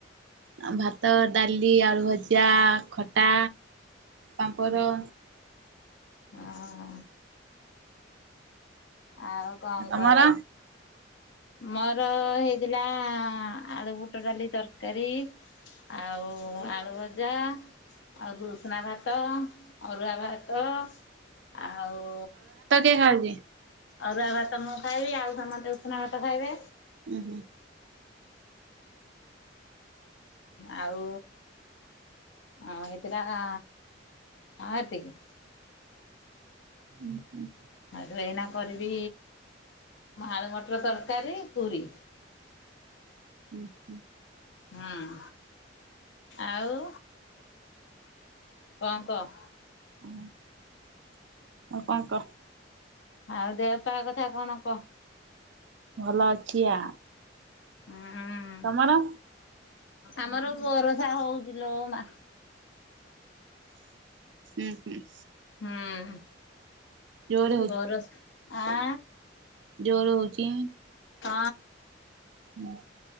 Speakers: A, on the right (about 70°); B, on the left (about 70°).
A: ଆଉ ଭାତ, ଡାଲି, ଆଳୁ ଭଜା, ଖଟା, ପାମ୍ପର
B: ଆ ଆଉ କଣ
A: ତମର
B: କହ? ମୋର ହେଇଥିଲା ଆଳୁ ବୁଟ ଡାଲି ତରକାରୀ ଆଉ ଆଳୁ ଭଜା ଆଉ ଉଷୁନା ଭାତ। ଅରୁଆ ଭାତ। ଆଉ
A: ଖ <unintelligible>
B: ଅରୁଆ ଭାତ ମୁଁ ଖାଇବି। ଆଉ ସମସ୍ତେ ଉଷୁନା ଭାତ ଖାଇବେ।
A: ଉୁଁ ହୁଁ।
B: ଆଉ ହେଇଥିଲା ହଁ ଏତିକି।
A: ହୁଁ ହୁଁ
B: ଆଉଠୁ ଏଇନା କରିବି ଆଳୁ ମଟର ତରକାରୀ ପୁରୀ।
A: ହୁଁ ହୁଁ
B: ହଁ ଆଉ କଣ କହ।
A: ହ ଆଉ କଣ କହ?
B: ଆଉ ଦେହ ପା କଥା କଣ କହ?
A: ଭଲ ଅଛି ଆ
B: ହୁଁ।
A: ତମର?
B: ଆମର ବରସା ହଉଚି ଲୋ ମା।
A: ଉଁ ହୁଁ।
B: ହୁଁ
A: ଜୋରେ
B: ବରସ୍ ଆଁ?
A: ଯୋଉ ହୋଉଚି।
B: ହଁ।
A: ହୁଁ।